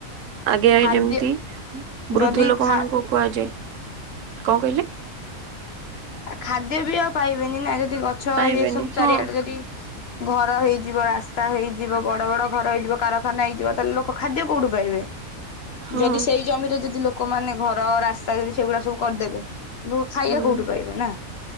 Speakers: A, on the right; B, on the left.
A: ଆଗେ ଆଇ
B: ଖାଦ୍ୟ
A: ଯେମିତି ବୃଦ୍ଧ
B: ଯଦି
A: ଲୋକ
B: ଖା
A: ମାନଙ୍କୁ କୁହାଯାଏ କଣ କହିଲେ?
B: ଆଉ ଖାଦ୍ୟ ବି ଆଉ ପାଇବ ବେନି ନା ଯ ଯଦି ଗଛ
A: ପାଇବେନି
B: ଏ ସବୁ ଚାରିଆଡେ
A: ହଁ
B: ଯଦି ଘର ହେଇଯିବ ରାସ୍ତା ହେଇଯିବ ବଡ ବଡ ଘର ହେଇଯିବ କାରଖାନା ହେଇଯିବ ତାହେଲେ ଲୋକ ଖାଦ୍ୟ କୋଉଠି ପାଇବେ?
A: ହଁ
B: ଯଦି ସେଇ ଜମିରେ ଯଦି ଲୋ ଲୋକମାନେ ଘର ରାସ୍ତା ଯଦି ସେଗୁଡା ସବୁ କରିଦେବେ। ଲୋକ ଖାଇବେ
A: ହୁଁ
B: କୋଉଠୁ? ପାଇବେ ନା।